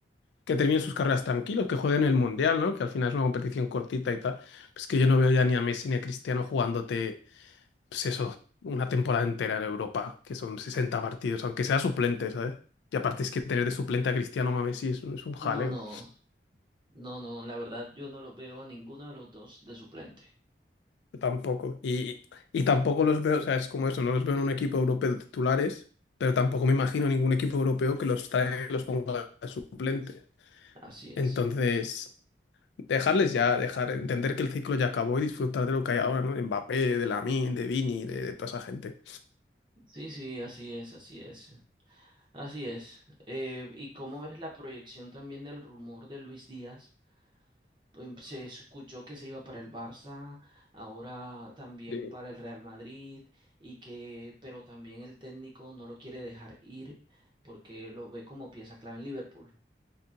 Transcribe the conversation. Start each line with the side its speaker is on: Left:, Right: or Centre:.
Left: Que terminen sus carreras tranquilos, que jueguen el Mundial, ¿no? Que al final es una competición cortita y tal. Pues que yo no veo ya ni a Messi ni a Cristiano jugándote. pues eso, una temporada entera en Europa, que son 60 partidos, aunque sea suplente, ¿sabes? Y aparte es que tener de suplente a Cristiano Messi es, un- es un jaleo.
Right: No, no, no, no, la verdad yo no los veo a ninguno de los dos de suplente.
Left: Tampoco. Y, y tampoco los veo, o sea, es como eso, no los veo en un equipo europeo titulares, pero tampoco me imagino ningún equipo europeo que los trae, los ponga de suplente.
Right: Así es.
Left: Entonces, dejarles ya, dejar, entender que el ciclo ya acabó y disfrutar de lo que hay ahora, ¿no? De Mbappé, de Lamine, de Vini, de, de toda esa gente.
Right: Sí, sí, así es, así es. Así es. Eh, ¿y cómo ves la proyección también del rumor de Luis Díaz? Pues, Se escuchó que se iba para el Barça, ahora también
Left: Sí.
Right: para el Real Madrid, y que, pero también el técnico no lo quiere dejar ir porque lo ve como pieza clave en Liverpool.